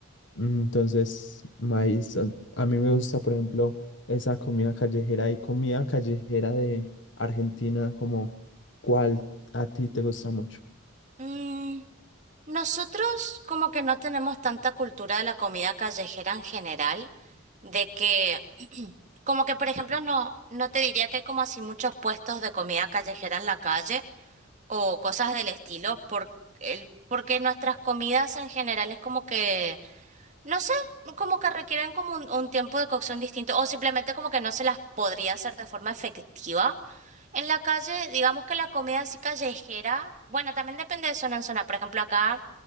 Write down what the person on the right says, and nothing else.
Mm, nosotros como que no tenemos tanta cultura de la comida callejera en general, de que como que por ejemplo no, no te diría que hay como así muchos puestos de comida callejera en la calle o cosas del estilo, por el, porque nuestras comidas en general es como que no sé, como que requieren como un, un tiempo de cocción distinto o simplemente como que no se las podría hacer de forma efectiva. En la calle, digamos que la comida así callejera, bueno, también depende de zona en zona. Por ejemplo, acá